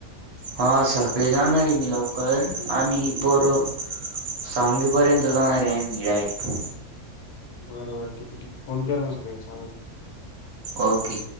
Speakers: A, on the right; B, on the left.
A: हा सकाळी जाणार ये मी लवकर
B: ठीक
A: आम्ही
B: आहे ठीक
A: पोरं.
B: आहे
A: सांगवी पर्यंत जाणार ये आम्ही डायरेक्ट.
B: बरबर ठीक ठीक, फोन कर मग सकाळी सहाला
A: ओके.